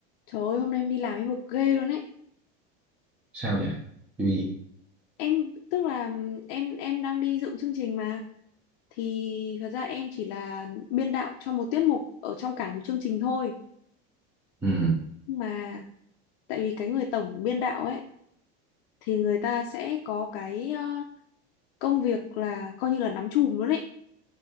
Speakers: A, on the left (about 70°); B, in the centre.
A: Trời ơi, hôm nay em đi làm em bực ghê luôn ấy.
B: sao vậy điều gì
A: Em tức là em em đang đi dự chương trình mà thì thật ra em chỉ là biên đạo cho một tiết mục ở trong cả một chương trình thôi.
B: ừ
A: Nhưng mà tại vì cái người tổng biên đạo ấy thì người ta sẽ có cái ờ, công việc là coi như là nắm chùm luôn ấy.